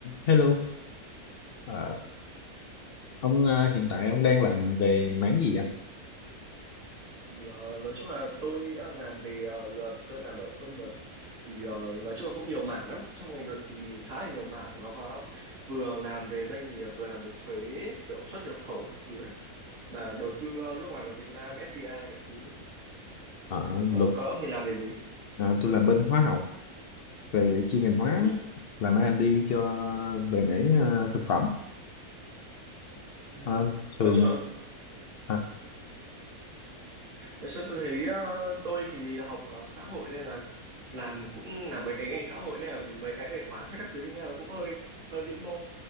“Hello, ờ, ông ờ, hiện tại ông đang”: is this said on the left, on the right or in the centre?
Left